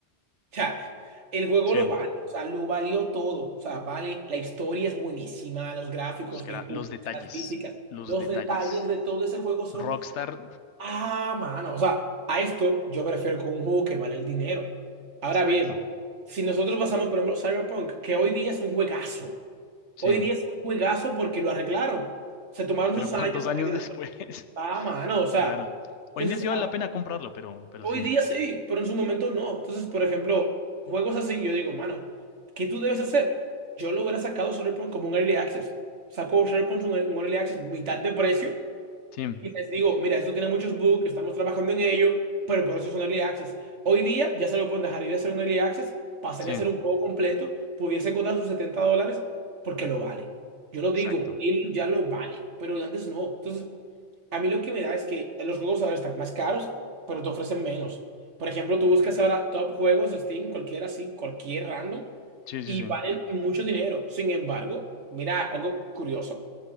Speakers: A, on the right (about 85°); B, on the left (about 80°).
A: O sea, el juego
B: Sí.
A: lo vale, o sea, lo valió todo. O sea, vale, la historia es buenísima, los gráficos
B: Los, que
A: bien
B: era-
A: pulidos,
B: los detalles,
A: las físicas,
B: los
A: los
B: detalles.
A: detalles de todo ese juego son
B: Rockstar,
A: Ah, mano. O sea, a esto yo prefiero con un juego que vale el dinero. Ahora
B: exacto.
A: bien, si nosotros pasamos, por ejemplo, Cyberpunk, que hoy día es un juegazo.
B: Sí.
A: Hoy día es un juegazo porque lo arreglaron. Se tomaron
B: Pero
A: sus
B: ¿cuántos
A: años
B: años
A: arreglando.
B: después? <laughs>
A: Ah, mano. O sea,
B: Claro. Hoy
A: entonces,
B: en día sí vale
A: a-
B: la pena comprarlo, pero, pero
A: hoy
B: sí.
A: día sí, pero en su momento no. Entonces, por ejemplo, juegos así, yo digo, mano, ¿qué tú debes hacer? Yo lo hubiera sacado Cyberpunk como un early access. Saco Cyberpunk un un early access, mitad de precio.
B: Sí,
A: Y les digo, mira, esto tiene muchos bugs, estamos trabajando en ello, pero por eso es un early access. Hoy día ya se lo pueden dejar ir de ser un early access, pasaría
B: sí,
A: a ser un juego completo, pudiese costar sus 70 dólares porque lo vale. Yo lo digo,
B: exacto.
A: él ya lo vale, pero antes no. Entonces, a mí lo que me da es que los juegos ahora están más caros, pero te ofrecen menos. Por ejemplo, tú buscas ahora top juegos, Steam, cualquiera así, cualquier random,
B: Sí, sí,
A: y
B: sí.
A: valen mucho dinero. Sin embargo, mira, algo curioso.